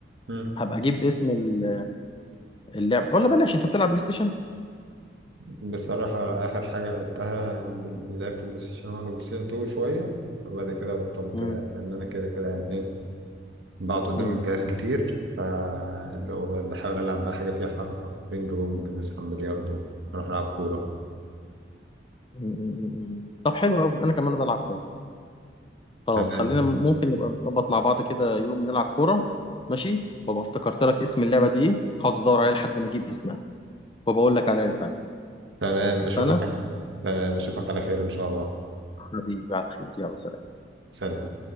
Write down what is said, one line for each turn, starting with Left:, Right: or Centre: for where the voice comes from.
Right: مم.
Left: هبقى أجيب اسم ال- اللعبة ولا بلاش أنت بتلعب بلاي ستيشن؟
Right: بصراحه اخر حاجه لعبتها بال- لعبت بلاي ستيشن 1 وبلاي ستيشن 2 شويه وبعد كده بطلت
Left: مم.
Right: لان انا كده كده يعني ايه بقعد قدام
Left: مم.
Right: الجهاز كتير فاللي هو بقى بحاول العب بقى حاجه فيها حركه بينج بونج مثلا بلياردو نروح نلعب كوره
Left: م- م- طب حلو قوي انا كمان بلعب كوره خلاص
Right: تمام
Left: خلينا ممكن نبقى نظبط مع بعض كده يوم نلعب كوره ماشي وابقى افتكرت لك اسم اللعبه دي ايه هقعد ادور عليها لحد ما اجيب اسمها وبقول لك عليها ساعتها
Right: تمام اشوفك
Left: اتفقنا
Right: تمام اشوفك على خير ان شاء الله
Left: حبيبي على خير يلا سلام
Right: سلام